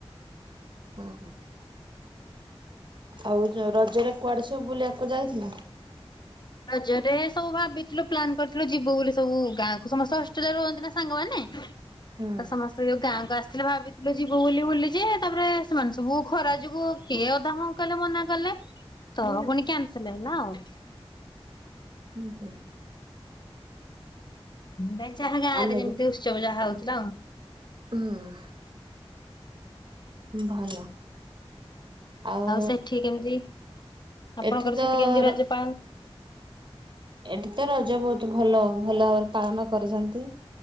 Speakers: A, on the right; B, on the left.
A: ହଁ ହଁ, ଆଉ ରଜରେ କୁଆଡେ ସବୁ ବୁଲିବାକୁ ଯାଇଥିଲେ?
B: ରଜରେ ସବୁ ଭାବିଥିଲୁ ପ୍ଲାନ୍ କରିଥିଲୁ ଯିବୁ ବୋଲି ସବୁ ଗାଁକୁୁ, ସମସ୍ତେ ହଷ୍ଟେଲରେ ରୁହନ୍ତି ନା ସାଙ୍ଗମାନେ।
A: ହୁଁ
B: ତ ସମସ୍ତେ ଯୋଉ ଗାଁକୁ ଆସି ହେଲେ ଭାବିଥିଲୁ ଯିବୁ ବୋଲି ବୁଲି ଯେ, ତାପରେ ସେମାନେ ସବୁ ଖରା ଯୋଗୁ କିଏ ଅଧା ହଁ କଲେ ମନା କଲେ। ତ ପୁଣି କ୍ୟାନ୍ସେଲ ହେଲା ଆଉ।
A: ହୁଁ ହୁଁ
B: ନାଇଁ ଯାହା ଗାଁ
A: ଆମେ
B: ରେ ଯେମିତି
A: ବି
B: ଉତ୍ସବ ଯାହା ହଉଥିଲା ଆଉ।
A: ହୁଁ, ଭଲ। ଆଉ
B: ସେଠି କେମିତି ଆପଣଙ୍କର
A: ଏଠିତ
B: ସେଠି କେମିତି ରଜ
A: ର
B: ପାଳନ
A: ଏଠିତ ରଜ ବହୁତ ଭଲ ଭଲ ଭାବରେ ପାଳନ କରଛନ୍ତି।